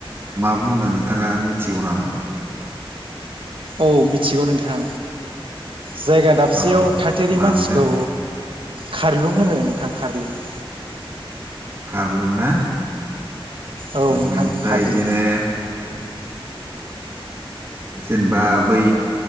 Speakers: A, on the right (about 30°); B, on the right (about 65°).
A: मा बुङो नोंथाङा मिथिगौ नामा?
B: औ मिथिगौ नोंथां। जायगा दाबसेयाव
A: अ
B: थाथेरि
A: मामोनथाय
B: मानसिखौ खारलुं होनो नोंथां खारलुं। <inaudible>
A: खारलुं ना?
B: औ नोंथां
A: बेनिफ्राय
B: खारलुं।
A: बिदिनो जेनेबा बै